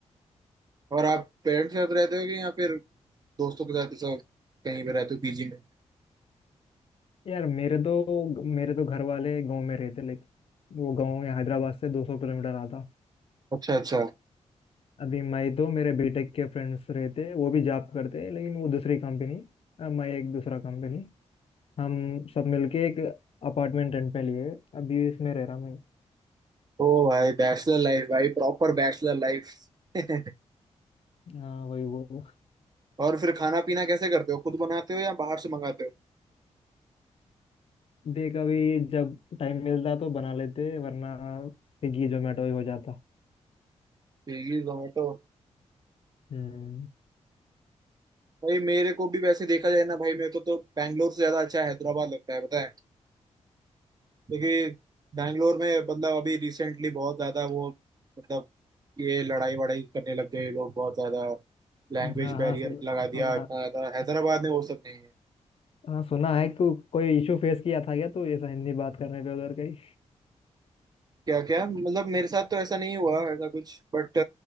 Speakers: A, on the right; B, on the left.
A: और आप पेरेंट्स के साथ रहते हो कि या फिर दोस्तों के साथ ऐसा कहीं पे रहते हो पीजी में
B: यार मेरे तो मेरे तो घर वाले गांव में रहते लाइक वो गांव यहाँ हैदराबाद से दो सौ किलोमीटर आता
A: अच्छा अच्छा
B: अभी मैं तो मेरे बीटेक के फ्रेंड्स रहते वो भी जॉब करते लेकिन वो दूसरी कंपनी मैं एक दूसरा कंपनी हम सब मिलके एक अपार्टमेंट रेंट पे लिए अभी इसमें रह रहा मैं
A: ओ भाई बैचलर लाइफ भाई प्रॉपर बैचलर लाइफ <laughs>
B: हाँ वही वो
A: और फिर खाना पीना कैसे करते हो खुद बनाते हो या बाहर से मंगाते हो
B: देख अभी जब टाइम मिलता तो बना लेते वरना स्विगी जोमेटो ही हो जाता
A: स्विगी जोमेटो
B: हम्म
A: भाई मेरे को भी वैसे देखा जाए ना भाई मेरे को तो बैंगलोर से ज्यादा अच्छा हैदराबाद लगता है बताए क्योंकि बैंगलोर में मतलब अभी रिसेंटली बहुत ज्यादा वो मतलब ये लड़ाई वड़ाई करने लग गए लोग बहुत ज्यादा लैंग्वेज
B: हाँ
A: बैरियर
B: हाँ सुन,
A: लगा
B: सुना
A: दिया इतना ज्यादा हैदराबाद में वो सब नहीं है
B: हाँ सुना है को, कोई इशू फेस किया था क्या तो ऐसा हिंदी बात करने पे उधर कहीं
A: क्या क्या मतलब मेरे साथ तो ऐसा नहीं हुआ ऐसा कुछ बट